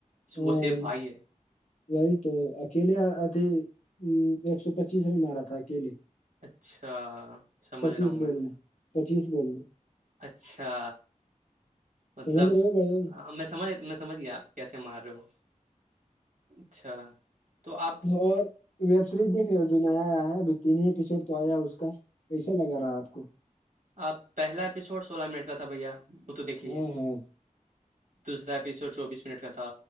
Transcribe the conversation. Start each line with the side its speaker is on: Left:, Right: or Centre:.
Left: ہمم
Right: وہ سیب بھائی ہے
Left: وہی تو اکیلے ہاتھ ہی سو پچیس میں مارا تھا اکیلے
Right: اچھا سمجھ
Left: پچیس
Right: رہا ہوں میں
Left: بولوے پچیس بول میں
Right: اچھا مطلب
Left: سمجھ رہے ہو بڑے بھائی
Right: میں سمجھ میں سمجھ گئے آپ کیسے مار رہے ہو اچھا تو آپ
Left: اور ویب سیریز دیکھ رہے ہو جو نیا آیا ہے ابھی تین ہی ایپیسوڈ تو آیا ہے اس کا کیسا لگا رات کو
Right: آپ پہلا ایپیسوڈ سولہ منٹ کا تھا بھیا وہ تو دیکھ لیے
Left: ہاں ہاں
Right: دوسرا ایپیسوڈ چوبیس منٹ کا تھا